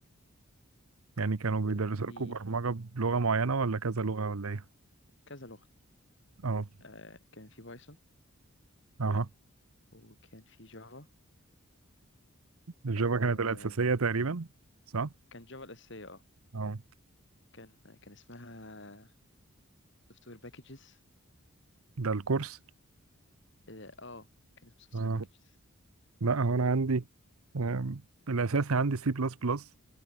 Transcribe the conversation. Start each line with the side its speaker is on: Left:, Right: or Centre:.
Right: يعني كانوا بيدرسوا
Left: كان في
Right: لكم برمجة بلغة معينة ولا كذا لغة ولا ايه؟
Left: كذا لغة
Right: اه
Left: آه كان في بايثون
Right: اها
Left: وكان في جافا
Right: الجافا
Left: آه
Right: كانت الأساسية تقريبا صح؟
Left: كان جافا الأساسية اه
Right: اه
Left: كان كان اسمها سوفت وير باكجز
Right: ده الكورس
Left: اه آه، كان اسمه سوفت
Right: اه
Left: وير باكجز
Right: لا هو انا عندي آم، الأساسي عندي سي بلس بلس